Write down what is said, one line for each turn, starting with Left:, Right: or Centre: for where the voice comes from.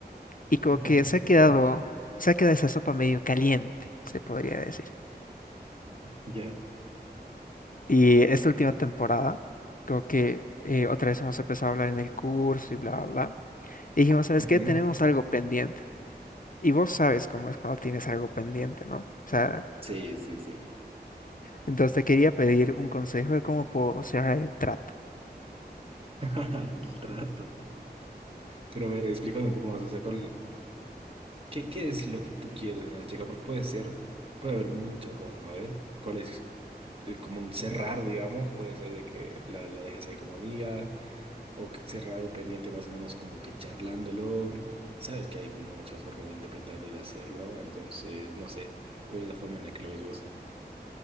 Left: Y como
Right: <laughs>
Left: que se ha quedado, se ha quedado esa sopa medio caliente, se podría decir.
Right: Ya.
Left: Y esta última temporada, como que eh, otra vez hemos empezado a hablar en el curso y bla, bla, bla. Y dijimos, ¿sabes
Right: Ujú.
Left: qué? Tenemos algo pendiente. Y vos sabes cómo es cuando tienes algo pendiente, ¿no? O sea,
Right: Sí, sí, sí.
Left: entonces te quería pedir un consejo de cómo puedo cerrar el trato.
Right: <laughs> El trato. Pero a ver, explícame un poco más. O sea, ¿cuál, qué, qué es lo que tú quieres de una chica? Porque puede ser, puede haber muchas cosas, ¿no? ¿Eh? ¿Cuál es, eh, como un cerrar, digamos, puede ser de que la, la dejas ahí como amiga o que cerrar algo pendiente más o menos como que charlándolo. Sabes que hay muchas formas de interpretarlo y de hacerlo, entonces no sé, ¿cuál es la forma en la que lo ves vos?